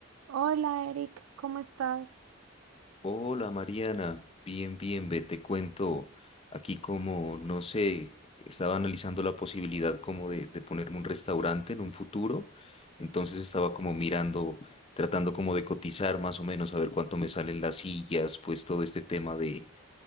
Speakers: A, on the right; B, on the left.
A: Hola Eric, ¿cómo estás?
B: Hola Mariana, bien, bien, ve, te cuento aquí como, no sé, estaba analizando la posibilidad como de, de ponerme un restaurante en un futuro, entonces estaba como mirando, tratando como de cotizar más o menos, a ver cuánto me salen las sillas, pues todo este tema de,